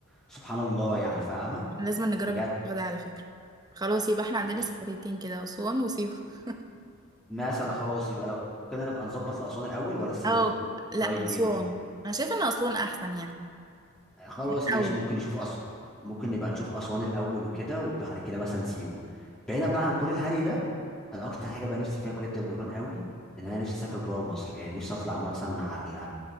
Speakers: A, in the centre; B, on the right.
A: سبحان الله يعني فاهمة؟
B: لازم نجرب
A: بجد
B: الموضوع ده على فكرة خلاص يبقى احنا عندنا
A: مش
B: سفريتين كده أسوان وسيوة <laughs>
A: مثلا خلاص يبقى لو كده نبقى نظبط لأسوان الأول ولا سيوة؟
B: أو لا
A: رأيك
B: أسوان
A: إيه مثلا؟
B: أنا شايفة إن أسوان أحسن يعني
A: خلاص
B: الأول
A: ماشي ممكن نشوف أس... ممكن نبقى نشوف أسوان الأول وكده وبعد كده مثلا سيوة بعيدا بقى عن كل الهري ده أنا أكتر حاجة بقى نفسي فيها بجد من نوران قوي إن أنا نفسي أسافر بره مصر يعني نفسي أطلع مثلا على